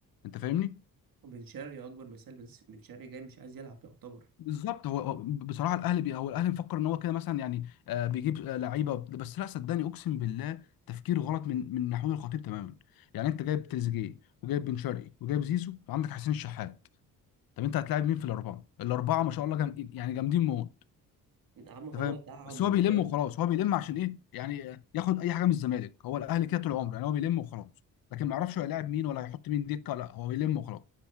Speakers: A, on the left; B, on the right.
A: انت فاهمني
B: وبن شرقي اكبر مثال بن بن شرقي جاي مش عايز يلعب يعتبر
A: بالظبط هو هو بصراحه الاهلي بي هو الاهلي مفكر ان هو كده مثلا يعني آه بيجيب آه لعيبه وب- بس لا صدقني اقسم بالله تفكير غلط من من محمود الخطيب تماما يعني انت جايب تريزيجيه وجايب بن شرقي وجايب زيزو وعندك حسين الشحات طب انت هتلاعب مين في الاربعه؟ الاربعه ما شاء الله جم... يعني جامدين موت
B: يا عم هو
A: انت فاهم
B: دعم
A: بس هو
B: قدام
A: بيلم وخلاص هو بيلم
B: بس
A: عشان ايه يعني ياخد اي حاجه من الزمالك هو الاهلي كده طول عمره يعني هو بيلم وخلاص لكن ما يعرفش هو هيلاعب مين ولا هيحط مين دكه لا هو بيلم وخلاص